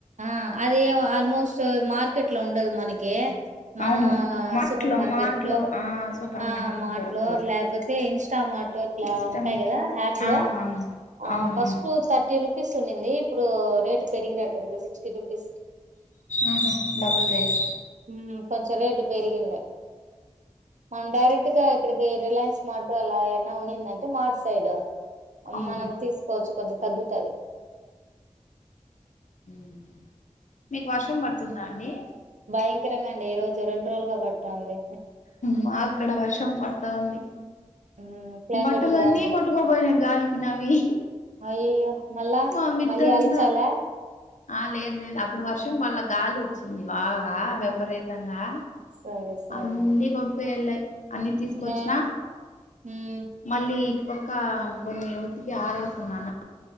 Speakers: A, on the right; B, on the left.
A: ఆ అది ఇగ ఆల్మోస్ట్ మార్కెట్ లో ఉండదు మనకి మన
B: అవును మార్ట్
A: సూపర్
B: లో
A: మార్కెట్
B: మార్ట్
A: లో
B: ఆ సూపర్
A: ఆ
B: మార్ట్
A: మాట్
B: దొరుకుతది
A: లో లేకపోతే ఇస్ చా మాట్లో ఇట్లా
B: ఇష్టమిట్ల
A: ఉంటాయి కదా యాప్స్
B: ఆ
A: లో
B: ఆ
A: ఆ
B: అవునవును
A: ఫస్ట్ థర్టీ రు పిస్సున్నింది ఇప్పుడు రేటు పెరిగినట్టుంది సిస్టీ రుపీస్
B: ఆహా డబల్ రేట్
A: మ్మ్ కొంచెం రేటు పెరిగింది మన్ డైరెక్ట్ గా ఇక్కడికి రిలయన్స్ మార్ట్ అలా ఏన్న ఉన్నిందంటే మార్ట్ సైడ్
B: అవునులేండి
A: మనం తీసుకోవచ్చు కొంచెం తగ్గుతాది
B: మ్మ్ మీకు వర్షం పడుతుందా అండి
A: భయంకరంగా అండి ఈ రోజు రెండు రోజులుగా పడుతాంది
B: మ్మ్ మాక్కడ వర్షం పడతా ఉంది
A: హ్మ్. క్లైమేట్
B: బట్టలన్నీ
A: బావుంది.
B: కొట్టుకోపోయినాయి గాలికి నావి
A: అయ్యయ్యో మళ్ళా
B: మా మిద్దంతా
A: మళ్ళీ అలచాలా
B: ఆ లేదు లేదు అప్పుడు వర్షం మళ్ల గాలి వచ్చింది బాగా
A: ఆహా
B: విపరీతంగా
A: సరే సరే
B: అన్నీ
A: అండి.
B: కొను పేల్లై అన్నీ తీసుకొచ్చిన
A: నే హ్మ్
B: మళ్ళీ పక్క కొన్ని ఉతికి ఆరేస్తున్నానా